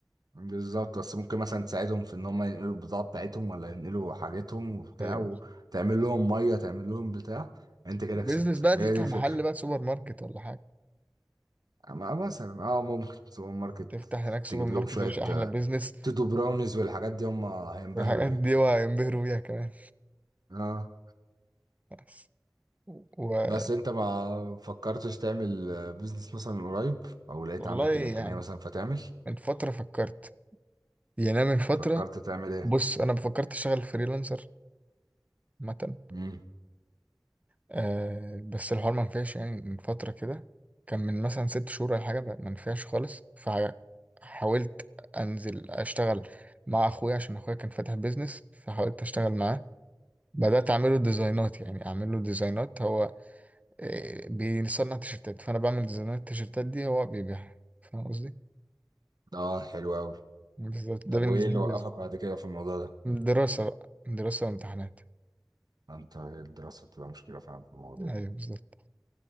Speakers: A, on the right; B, on the right.
A: بالظبط بس ممكن مثلا تساعدهم في ان هم ينقلوا البضاعه بتاعتهم ولا ينقلوا حاجتهم وبتاع
B: ايوه
A: وتعمل لهم ميه تعمل لهم بتاع انت كده
B: بيزنس
A: كسبت
B: بقى
A: هي
B: تفتح
A: دي الفكره
B: محل بقى سوبر ماركت ولا حاجه
A: ما مثلا اه ممكن سوبر ماركت
B: تفتح هناك سوبر
A: تجيب
B: ماركت
A: لهم شوية
B: يا باشا احلى
A: آه،
B: بيزنس
A: تودو براونيز والحاجات دي هم هينبهروا
B: والحاجات
A: بيها
B: دي وهينبهروا بيها كمان
A: اه
B: بس و...
A: بس انت ما فكرتش تعمل آه، بيزنس مثلا قريب او لقيت
B: والله
A: عندك
B: يعني
A: الامكانية مثلا فتعمل
B: من فتره فكرت يعني أنا من فتره
A: فكرت تعمل ايه
B: بص انا فكرت اشتغل فريلانسر مثلا
A: امم
B: آه بس الحوار ما نفعش يعني من فتره كده كان من مثلا ست شهور ولا حاجه ما ما نفعش خالص فحاولت انزل اشتغل مع اخويا عشان اخويا كان فاتح بيزنس فحاولت اشتغل معاه بدات اعمله ديزاينات يعني اعمله ديزاينات هو آه، بيصنع تيشرتات فانا بعمل ديزاينات التيشرتات دي هو بيبيعها فاهم قصدي
A: اه حلو قوي
B: بالظبط ده
A: طب
B: بالنسبه
A: وايه اللي
B: لي
A: وقفك بعد كده في الموضوع ده
B: دراسه بقى دراسه وامتحانات
A: انت الدراسة بتبقى مشكلة فعلا في المواضيع دي
B: ايوه بالظبط